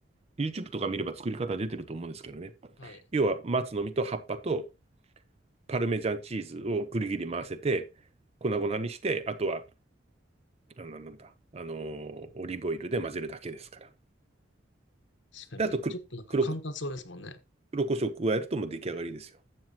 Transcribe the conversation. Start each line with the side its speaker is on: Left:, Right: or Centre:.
Right: YouTube とか見れば作り方出てると思うんですけどね。
Left: はい。
Right: 要は、松の実と葉っぱとパルメジャンチーズをぐりぐり回せて、粉々にして、あとは、あの、なんだ、あのーオリーブオイルで混ぜるだけですから。
Left: 確かに。
Right: で、あと黒、
Left: ちょっとなんか簡単そうですもんね。
Right: 黒こ、黒胡椒を加えるともう出来上がりですよ。